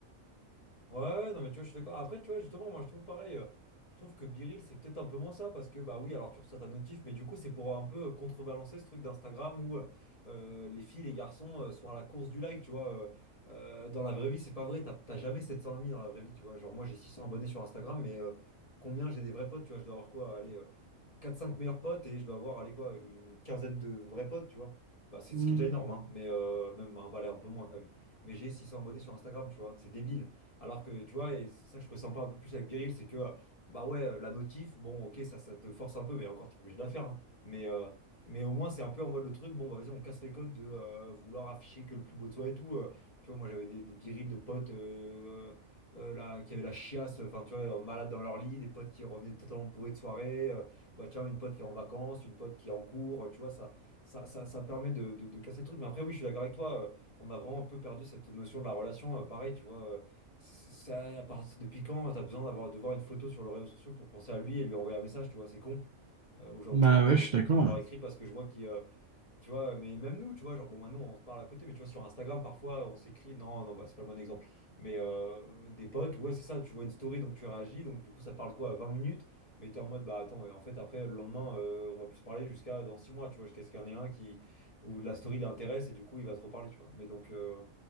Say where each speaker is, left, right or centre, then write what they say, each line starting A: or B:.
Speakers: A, on the left; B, on the right.
A: Ouais, ouais, non, mais tu vois, je suis d'accord. Après, tu vois, justement, moi, je trouve pareil. euh, je trouve que Biril, c'est peut-être un peu moins ça parce que, bah oui, alors tu reçois ta notif, mais du coup, c'est pour un peu euh, contrebalancer ce truc d'Instagram où euh, euh, les filles, les garçons euh, sont à la course du like, tu vois. euh, euh, dans la vraie vie, c'est pas vrai. T'as t'as jamais 700 amis dans la vraie vie, tu vois. Genre, moi, j'ai 600 abonnés sur Instagram, mais euh, combien j'ai des vrais potes, tu vois. Je dois avoir quoi? Allez, euh, quatre cinq meilleurs potes et je dois avoir, allez, quoi, une quinzaine de vrais potes, tu vois. Bah, c'est
B: Hmm.
A: ce qui est déjà énorme, hein, mais euh, même, bah, allez, un peu moins quand même. Mais j'ai 600 abonnés sur Instagram, tu vois. C'est débile. Alors que, tu vois, et c'est ça que je trouvais sympa un peu plus avec Biril, c'est que, euh, bah ouais, euh, la notif, bon, ok, ça, ça te force un peu, mais encore, t'es pas obligé de la faire. hein. Mais, euh, mais au moins, c'est un peu en mode le truc, bon, bah vas-y, on casse les codes de euh, vouloir afficher que le plus beau de soi et tout. euh. tu vois, moi, j'avais des, des Biril de potes euh, euh, euh, là, qui avaient la chiasse, enfin, tu vois, malades dans leur lit, des potes qui revenaient totalement bourrés de soirée. euh, bah tiens, une pote qui est en vacances, une pote qui est en cours, euh, tu vois, ça, ça, ça, ça permet de, de, de casser le truc. Mais après, oui, je suis d'accord avec toi, euh, on a vraiment un peu perdu cette notion de la relation. euh, pareil, tu vois. euh, ça, à partir- depuis quand t'as besoin d'avoir de voir une photo sur les réseaux sociaux pour penser à lui et lui envoyer un message, tu vois, c'est con. Euh, aujourd'hui,
B: Bah
A: moi,
B: ouais,
A: il y a
B: je
A: des
B: suis
A: potes,
B: d'accord.
A: je leur
B: hein.
A: écris parce que je vois qu'ils, euh, tu vois, mais même nous, tu vois, genre, bon, maintenant, on se parle à côté, mais tu vois, sur Instagram, parfois, on s'écrit, non, non, bah, c'est pas le bon exemple, mais euh, des potes, ouais, c'est ça, tu vois une story, donc tu réagis, donc du coup, ça parle quoi, à 20 minutes, mais t'es en mode, bah, attends, et en fait, après, le lendemain, euh, on va plus se parler jusqu'à dans 6 mois, tu vois, jusqu'à ce qu'il y en ait un qui, où la story l'intéresse et du coup, il va te reparler, tu vois. Mais donc, euh,